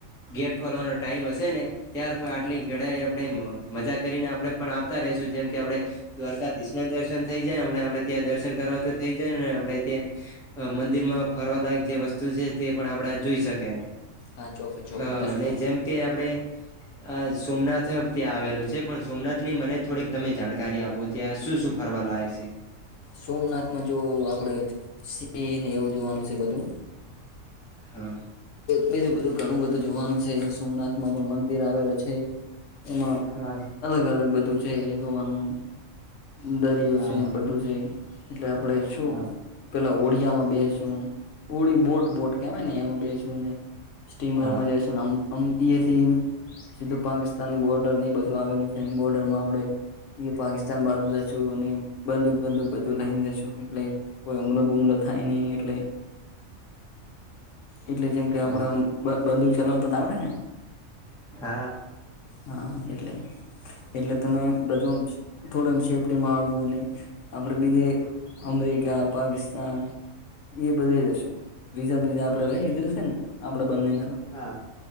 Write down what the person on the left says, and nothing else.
હા
હા ચોક્કસ ચોક્કસ જશું
આપણે
સોમનાથમાં જો આપડે સિંહને એવું જોવાનું છે બધું.
બીધું બધું ઘણું બધું જોવાનું છે સોમનાથમાં પણ મંદિર આવેલું છે. એમાં
અલગ અલગ બધું છે જોવાનું. દરિયો
છે
બધું છે. એટલે આપડે શું
પેલા ઓળિયામાં બેસું ઓળી બોટ બોટ કેવાય ને એમાં બેસ નું સ્ટીમર
માં જ્યસુ આમ આમ ટી એ થી સીધું પાકિસ્તાનની બોર્ડર ની બધું આવેલું છે બોર્ડર માં આપડે એ પાકિસ્તાન બાજુ જ છુ અને બંદુક બંદુક બધું લઈ ને જશું એટલે કોઈ હમલો બુમલો થાય નહી એટલે એટલે જેમ કે આપડેમ
બ બંદૂક ચલાવતા તો આવડે ને.
હા એટલે. એટલે તમે બધું આમ થોડુંમ સેફ્ટીમાં આવજો અને આપડે બીજે અમે ઇકા પાકિસ્તાન એ બધે જશું વિઝા બીઝા આપડે રહી <unintelligible> આપણો બંને ને